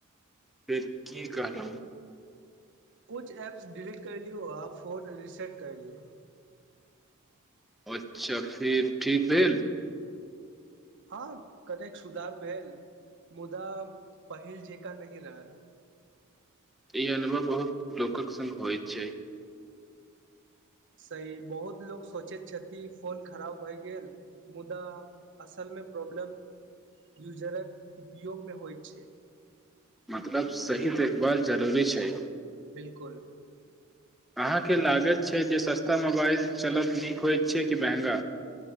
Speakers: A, in the centre; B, on the right.
A: फिर की कहलऊ
B: कुछ ऐप्स डिलीट कर लियौ आ फोन रिसेट कर लियौ
A: अच्छा फिर ठीक भेल
B: हँ कनेक सुधार भेल मुदा पहिल जेका नही रहल
A: ई अनुभव बहुत लोकक संग होइत छै
B: सही बहुत लोक सोचैत छथि फोन खराब भए गेल मुदा असलमे प्रॉब्लम यूजरक उपयोगमे होइत छै
A: मतलब सही देखभाल जरूरी छै
B: बिल्कुल
A: अहाँके लागत छै जे सस्ता मोबाइल चलब नीक होइत छै कि महँगा